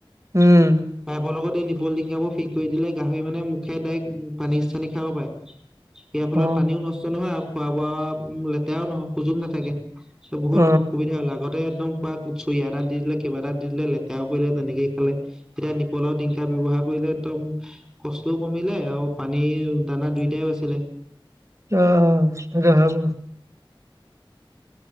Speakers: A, on the right; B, in the centre.
A: উম
B: পাইপৰ লগত এই নিপল টিংকাবোৰ ফিক্স কৰি দিলে গাহৰি মানে মুখে ডাইৰেক্ট পানী চানী খাব পাৰে ইয়াৰ ফলত
A: অ
B: পানীও নষ্ট নহয় আৰু খোৱা বোৱা লেতেৰাও নহয় সুযোগ নাথাকে ত বহুত
A: অ
B: সুবিধা হল আগতে একদম বা চৰিয়া এটা দি দিলে কিবা এটাত দি দিলে লেতেৰাও কৰিলে তেনেকেই খালে তেতিয়া নিপলাও টিংকা ব্যৱহাৰ কৰিলে একদম কষ্টও কমিলে আৰু পানীৰ দানা দুইটাইও বাছিলে
A: অ সেইটো হয় বাও